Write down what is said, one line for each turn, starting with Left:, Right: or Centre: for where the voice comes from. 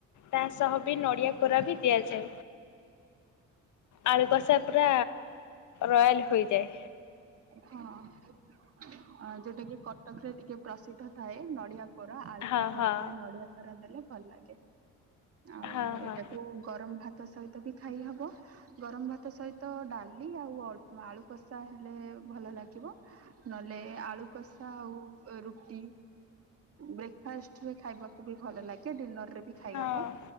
Left: ତା ସହ ବି ନଡିଆ କୋରା ବି ଦିଆଯାଏ। ଆଳୁ କଷା ପୁରା ରୟାଲ ହୋଇଯାଏ।
Right: ହଁ ଯୋଉଟାକି କଟକ ରେ ଟିକେ ପ୍ରସିଦ୍ଧ ଥାଏ ନଡିଆ କରା ଆଳୁ
Left: ହଁ
Right: କଷା
Left: ହଁ
Right: ଉପରେ ନଡିଆ କରା ଦେଲେ ଭଲ ଲାଗେ। ଆଉ
Left: ହଁ ହଁ
Right: ଏଇଟାକୁ ଗରମ ଭାତ ସହିତ ବି ଖାଇ ହବ। ଗରମ ଭାତ ସହିତ ଡାଲି ଆଉ ଅଳ ଆଳୁ କଷା ହେଲେ ଭଲ ଲାଗିବ। ନହେଲେ ଆଳୁ କଷା ଆଉ ରୁଟି ବ୍ରେକ ଫାଷ୍ଟରେ ଖାଇବାକୁ ବି ଭଲ ଲାଗେ ଡିନର ରେ ବି ଖାଇ
Left: ହଁ
Right: ହବ।